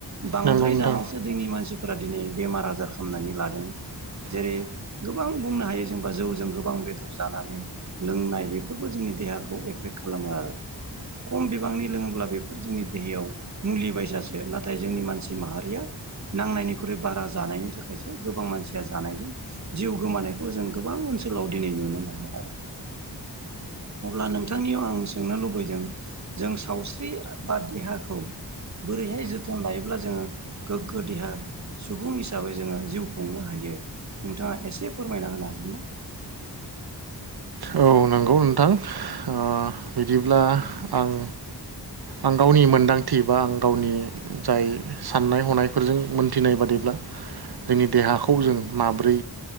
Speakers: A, on the right; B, on the right.
A: बांद्राय
B: नंगौ नोंथां।
A: जानायावसो दिनि मानसिफोरा दिनै बेमार आजार खालामनानै लादों जेरै
B: खम
A: गोबां बुंनो हायो जेनेबा जौजों गोबां बेदर जानानै लोंनाय बेफोरबो जोंनि देहाखौ एफेक्ट खालामो आरो खम बिबांनि लोङोब्ला बेफोर जोंनि देहायाव मुलि बायसासो नाथाय जोंनि मानसि माहारिया नांनायनिख्रुइ बारा जानायनि थाखायसो गोबां मानसिया जानायजों जिउ गोमानायखौ जों गोबां ओनसोलाव दिनै नुनो मोनदों आरो। अब्ला नोंथांनियाव आं सोंनो लुबैदों जों सावस्रि आ बा देहाखौ बोरैहाय जोथोन लायोब्ला जोङो गोग्गो देहा सुबुं हिसाबै जोङो जिउ खुंनो हायो। नोंथाङा एसे फोरमायना होनो हागोन ना?
B: औ नंगौ नोंथां आ बिदिब्ला आं आं गावनि मोनदांथि बा आं गावनि जाय साननाय हनायफोरजों मोनथिनाय बादि ब्ला जोंनि देहाखौ जों माब्रै